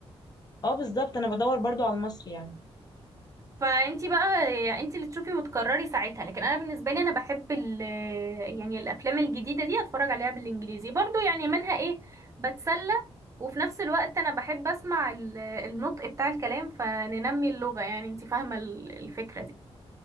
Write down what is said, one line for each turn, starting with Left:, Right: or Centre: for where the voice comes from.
Left: اه بالظبط انا بدور برضو على المصري يعني
Right: فانتي بقى يعني انتي اللي تشوفي وتقرري ساعتها لكن انا بالنسبه لي انا بحب ال يعني الافلام الجديده دي اتفرج عليها بالانجليزي برضو يعني منها ايه بتسلى وفي نفس الوقت انا بحب اسمع ال- النطق بتاع الكلام فننمي اللغه يعني انتي فاهمه ال- الفكره دي